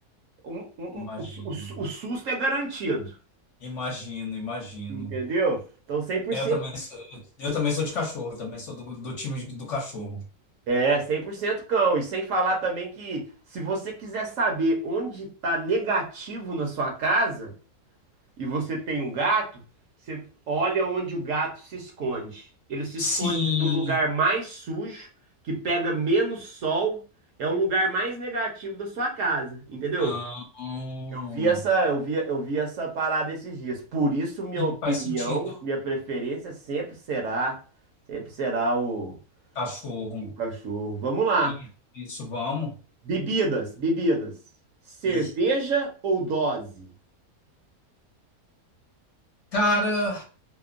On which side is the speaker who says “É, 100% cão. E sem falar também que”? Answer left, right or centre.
Right